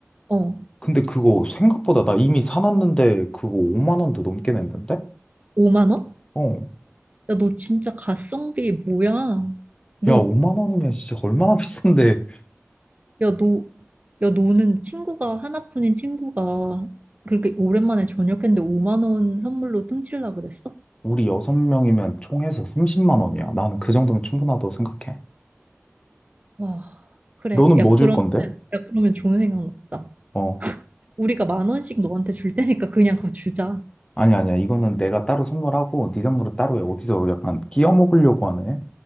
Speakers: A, on the right (about 30°); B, on the left (about 20°).
A: 어.
B: 근데 그거 생각보다 나 이미 사놨는데 그거 5만 원도 넘게 냈는데?
A: 5만 원?
B: 어.
A: 야, 너 진짜 가성비 뭐야? 너
B: 야, 5만 원이면 진짜 얼마나 비싼데.
A: 야, 너, 야, 너는 친구가, 하나뿐인 친구가 그렇게 오랜만에 저녁했는데 5만 원 선물로 뚱칠라 그랬어?
B: 우리 여섯 명이면 총해서 30만 원이야. 나는 그 정도면 충분하다고 생각해.
A: 와, 그래.
B: 너는
A: 야,
B: 뭐
A: 그러면,
B: 줄 건데?
A: 야, 그러면 좋은 생각 났다.
B: 어.
A: 우리가 만 원씩 너한테 줄 테니까 그냥 그거 주자.
B: 아니, 아니야. 이거는 내가 따로 선물하고, 네 선물은 따로 해. 어디서 약간 끼워 먹으려고 하네.